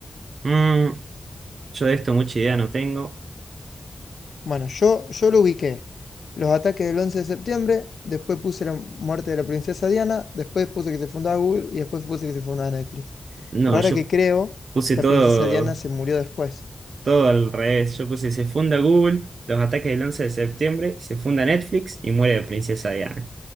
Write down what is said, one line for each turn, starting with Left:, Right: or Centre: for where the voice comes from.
Right: Mm, yo de esto mucha idea no tengo.
Left: Bueno, yo, yo lo ubiqué. Los ataques del 11 de septiembre, después puse la muerte de la princesa Diana, después puse que se fundaba Google y después puse que se fundaba Netflix.
Right: No,
Left: Pero ahora
Right: yo
Left: que creo,
Right: puse
Left: la
Right: todo,
Left: princesa Diana se murió después.
Right: todo al revés. Yo puse se funda Google, los ataques del 11 de septiembre, se funda Netflix y muere la princesa Diana.